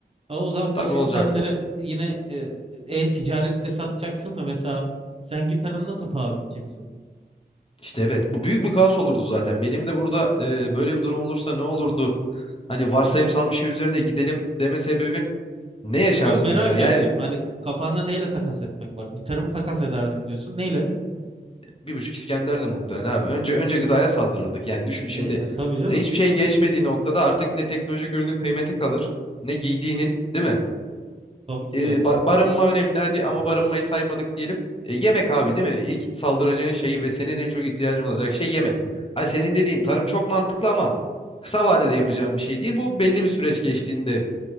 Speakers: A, on the right (about 35°); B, on the left (about 30°).
A: Ha, o zaman
B: tabii
A: bu sistemleri
B: olacak
A: yine e, e-ticarette satacaksın da mesela sen gitarını nasıl paha biteceksin?
B: işte evet bu büyük bir kaos olurdu zaten benim de burada e, böyle bir durum olursa ne olurdu hani varsayımsal bir şey üzerine gidelim deme sebebim ne yaşardı
A: Yo merak
B: dünya yani
A: ettim. Hani kafanda neyle takas etmek var? Gitarımı takas ederdim diyorsun. Neyle?
B: bir buçuk İskender'le muhtemelen abi. Önce önce gıdaya saldırırdık. Yani düşün şimdi
A: E, e, tabii canım.
B: e, hiçbir şeyin geçmediği noktada artık ne teknolojik ürünün kıymeti kalır ne giydiğinin değil mi?
A: Tabii ki
B: E,
A: de.
B: ba- barınma önemli hadi ama barınmayı saymadık diyelim. E, yemek abi değil mi? İlk saldıracağın şey ve senin en çok ihtiyacın olacak şey yemek. Ay senin dediğin tarım çok mantıklı ama kısa vadede yapacağım bir şey değil. Bu belli bir süreç geçtiğinde